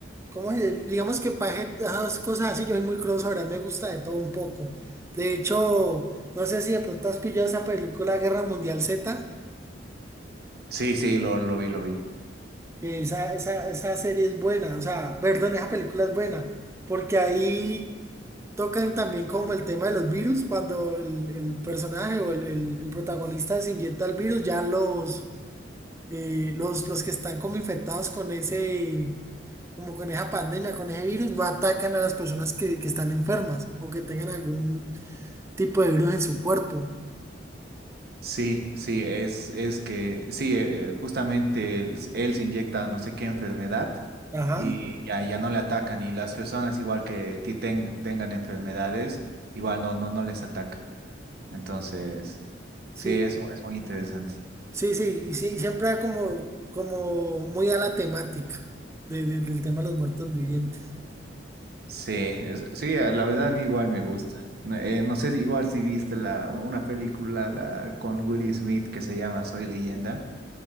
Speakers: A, on the right; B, on the right.
A: ¿cómo se dice? Digamos que para esas cosas así, yo soy muy crossover, a mí me gusta de todo un poco. De hecho, no sé si de pronto has pillado esa película Guerra Mundial Z,
B: Sí, sí, lo, lo vi, lo vi.
A: que esa, esa, esa serie es buena, o sea, perdón, esa película es buena, porque ahí... Tocan también como el tema de los virus, cuando el, el personaje o el, el- el protagonista se inyecta el virus, ya los, eh, los, los que están como infectados con ese, como con esa pandemia, con ese virus, no atacan a las personas que, que están enfermas o que tengan algún tipo de virus en su cuerpo.
B: Sí, sí, es, es que, sí, eh, justamente él, s- él se inyecta no sé qué enfermedad
A: Ajá.
B: y ya, ya no le atacan y las personas igual que ti ten- tengan enfermedades, igual no, no, no les ataca. Entonces,
A: Sí,
B: sí, es, mu- es muy interesante.
A: sí, sí, y sí, siempre da como, como muy a la temática de- de- del tema de los muertos vivientes.
B: Sí, es- sí, eh, la verdad igual me gusta. No, eh, no sé si igual si viste la, una película la, con Will Smith que se llama Soy Leyenda